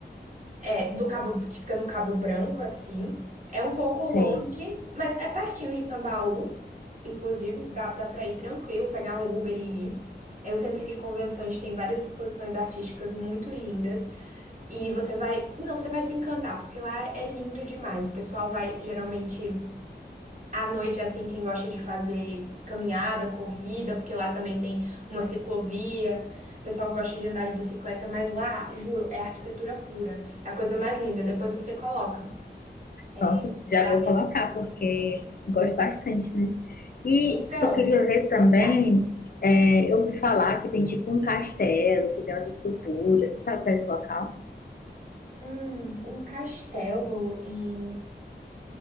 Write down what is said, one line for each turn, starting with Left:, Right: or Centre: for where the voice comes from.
Right: é, do Cabo, que fica no Cabo Branco, assim. É um pouco
Left: Sei.
Right: longe, mas é pertinho de Tambaú, inclusive, dá, dá para ir tranquilo, pegar um Uber e ir. É, o centro de convenções tem várias exposições artísticas muito lindas, e você vai, não, você vai se encantar, porque lá é lindo demais. O pessoal vai geralmente. À noite, é assim, quem gosta de fazer caminhada, corrida, porque lá também tem uma ciclovia. O pessoal gosta de andar de bicicleta, mas lá, juro, é arquitetura pura. É a coisa mais linda. Depois você coloca, é,
Left: Pronto, já
Right: pra
Left: vou
Right: ver.
Left: colocar, porque gosto bastante, né? E
Right: Então,
Left: eu queria ver
Right: sua
Left: também,
Right: cara.
Left: é, eu ouvi falar que tem tipo um castelo, que tem umas esculturas, você sabe qual é esse local?
Right: Hum, um castelo em...